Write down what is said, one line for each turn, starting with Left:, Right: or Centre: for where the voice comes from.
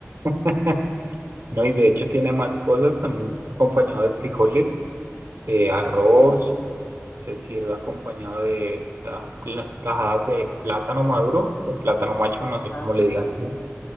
Right: <laughs> No, y de hecho tiene más cosas, también acompañado de frijoles. eh, arroz,
Left: ¿eh?
Right: se sirve acompañado de ta- pla- tajadas de plátano maduro o plátano macho, no sé
Left: Ah,
Right: cómo
Left: ok.
Right: le digan allá.